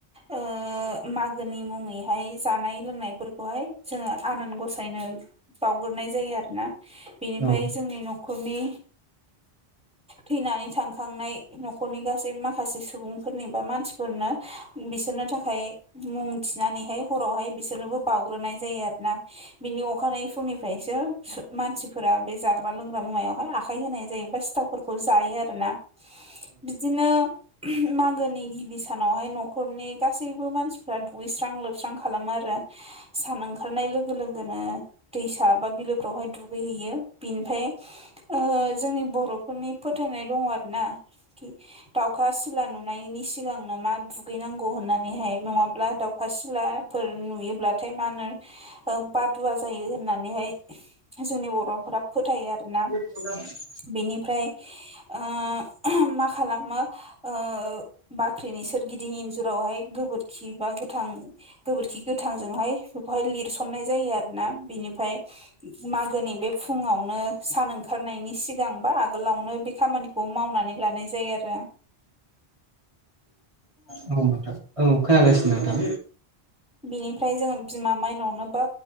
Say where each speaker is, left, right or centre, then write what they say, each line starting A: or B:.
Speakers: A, in the centre; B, on the right.
A: ओ मागोनि मुङैहाय जानाय लोंनायफोरखौहाय जोङो आनान गसाइनो बावग्रोनाय जायो आरोना बेनिफ्राय
B: औ
A: जोंनि न'खरनि थैनानै थांखांनाय न'खरनि गासै माखासे सुबुंफोरनि बा मानसिफोरनो बिसोरनो थाखाय मुं थिनानैहाय हरावहाय बिसोरनोबो बावउग्रोनाय जायो आरो ना बिनि अखानायै फुंनिफ्रायसो मानसिफोरा बे जाग्रा लोंग्रा मुवायावहाय आखाय होनाय जायोबा सिथाव फोरखौ जायो आरो ना बिदिनो मागोनि गिबि सानावहाय न'खरनि गासैबो मानसिफ्रा दुगैस्रां लोबस्रां खालामो आरो सान ओंखारनाय लोगो लोगोनो दैसा बा बिलोफ्रावहाय दुगैहैयो बिनिफाय ओ जोंनि बर'फोरनि फोथायनाय दङ आरो ना खि दाउखा सिला नुनायनि सिगांनो मा दुगैनांगौ होननानैहाय नङाब्ला दाउ दाउखा सिलाफोर नुयोब्लाथाय मा होनो बादुवा जायो होननानैहाय जोंनि बर'फोरा फोथायो आरोना
B: <inaudible>
A: बिनिफ्राय ओ मा खालामो ओ बाख्रिनि सोरगिदिं इन्जुरावहाय गोबोरखि बा गोथां गोबोरखि गोथांजोंहाय बेखौहाय लिरसननाय जायो आरोना बेनिफ्राय मागोनि बे फुङावनो सान ओंखारनायनि सिगां बा आगोल लावनो बे खामानिखौ मावनानै लानाय जायो आरो
B: औ नोंथां औ खोनागासिनो नोंथां
A: बिनिफ्राय जोङो बिमा माइनावनोबो